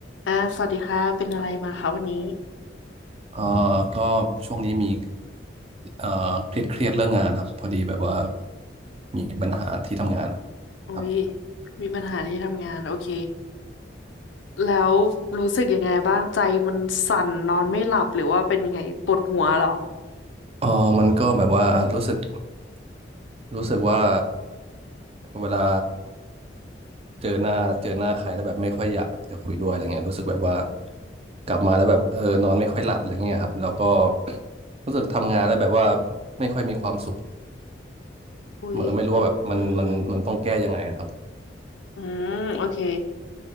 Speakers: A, on the left; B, on the right.
A: อ่าสวัสดีค่ะเป็นอะไรมาคะวันนี้
B: เอ่อก็ช่วงนี้มีเอ่อเครียดเครียดเรื่องงานครับพอดีแบบว่ามีปัญหาที่ทำงาน
A: อุ้ย
B: ครับ
A: มีปัญหาที่ทำงานโอเคแล้วรู้สึกยังไงบ้างใจมันสั่นนอนไม่หลับหรือว่าเป็นยังไงปวดหัวเหรอ
B: เออมันก็แบบว่ารู้สึกรู้สึกว่าเวลาเจอหน้าเจอหน้าใครแล้วแบบไม่ค่อยอยากจะคุยด้วยอะไรเงี้ยรู้สึกแบบว่ากลับมาแล้วแบบเออนอนไม่ค่อยหลับอะไรเงี้ยครับแล้วก็ <clears throat> รู้สึกทำงานแล้วแบบว่าไม่ค่อยมีความสุข
A: อุ้ย
B: เออไม่รู้ว่าแบบมันมันมันต้องแก้ยังไงอะครับ
A: อืมอืมโอเค